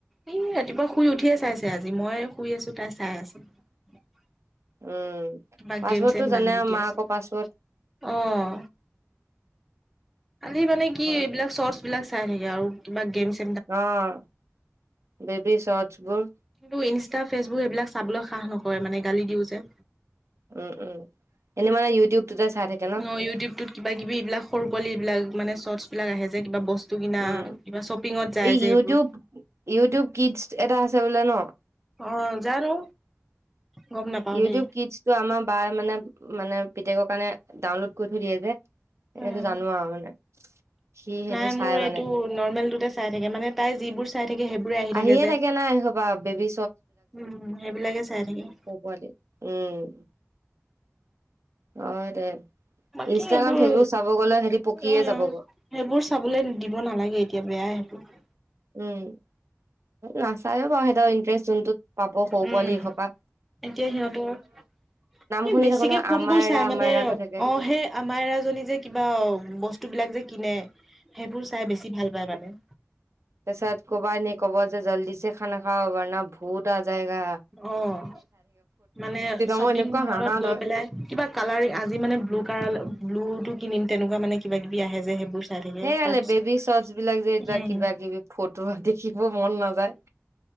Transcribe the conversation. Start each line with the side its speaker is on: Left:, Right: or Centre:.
Centre: এই ৰাতিপুৱা শুই উঠিয়ে চাইছে আজি, মই শুই আছো তাই চাই আছিল। <inaudible> <unintelligible>
Right: উম
Centre: কিবা
Right: পাছৱৰ্ডটো
Centre: গেমছ-চেম
Right: জানে
Centre: ডাউনলোড
Right: আৰু
Centre: দি
Right: মাকৰ
Centre: আছে।
Right: পাছৱৰ্ড
Centre: <inaudible> অঁ! খালি মানে কি এইবিলাক
Right: অ
Centre: শৰ্টছবিলাক চাই থাকে আৰু কিবা গেমছ-চেম <unintelligible>
Right: অ' বেবি চৰ্টচবোৰ
Centre: তোৰ ইনষ্টা, ফেচবুক এইবিলাক চাবলৈ সাহ নকৰে মানে। গালি দিও যে।
Right: উম। উম। এনে মানে ইউটিউবটোতে চাই থাকে। ন
Centre: অ' ইউটিউবতটোত কিবা- কিবি, এইবিলাক সৰু পোৱালি এইবিলাক মানে চৰ্টছ বিলাক আহে যে কিবা বস্তু বস্তু কিনা
Right: উম
Centre: কিবা' শ্বপিঙত যায়
Right: এই
Centre: যে
Right: ইউটিউব
Centre: এইবোৰ।
Right: ইউটিউব কিডছ্ এটা আছে বোলে ন?
Centre: অ জানো! গম নাপাও
Right: ইউটিউব
Centre: দেই
Right: কিটছটো আমাৰ বায়ে মানে -মানে পিতেকৰ কাৰণে ডাউনলোড কৰি থৈ দিয়ে যে সেইটো
Centre: উম।
Right: জানো আৰু মানে সি সেইটো
Centre: নাই মোৰ
Right: চাই মানে
Centre: এইটো নৰ্মেলটোতে চাই থাকে। মানে তাই যিবোৰ চাই থাকে, সেইবোৰে আহি
Right: আহিয়ে
Centre: থাকে যে। উম।
Right: নাই এইসোপা বেবী
Centre: সেইবিলাকে চাই থাকে।
Right: সও পোৱালি। উম। হয় দে। ইনষ্টাগ্ৰাম,
Centre: বাকী এইবোৰ
Right: ফেচবুক চাব গ'লে সিহঁতি পকিয়ে
Centre: অ
Right: যাবগৈ।
Centre: সেইবোৰ চাবলৈ দিব নালাগে, এতিয়া। বেয়াই সেইবোৰ
Right: উম। নাচায়ো বাৰু। সিহঁতৰ ইণ্টাৰেষ্ট যোনটোত পাব, সৰু
Centre: উম
Right: পোৱালি এইখপা
Centre: এতিয়া সিহঁতৰ,
Right: শুনি
Centre: বেছিকে
Right: থাকো নহয়
Centre: কোনবোৰ
Right: আমাইৰা
Centre: চাই
Right: আমাইৰা
Centre: মানে। অ'
Right: কৈ থাকে
Centre: সেই আমাৰৰাজনী যে কিবা, বস্তুবিলাক যে কিনে সেইবোৰ চাই বেছি ভাল পায় মানে।
Right: তাহছত কবানি ক'ব যে জল্দিছে খানা খাও, বৰনা ভূত আজায়েগা।
Centre: অ' মানে শ্বপিং
Right: মই এনেকুৱা
Centre: মলত
Right: হাঁহা
Centre: গৈ
Right: ধৰে
Centre: পেলাই, কিবা কালাৰ আজি মানে ব্লু কাৰল, ব্লুটো কিনিম। তেনেকুৱা মানে কিবা- কিবি আহে যে। সেইবোৰ চাই থাকে
Right: সেইগালে
Centre: তাৰপিছত
Right: বেবী চৰ্টছবিলাক যে এইবিলাক,
Centre: উম
Right: কিবা-কিবি ফটো দেখিব মন নাযায়।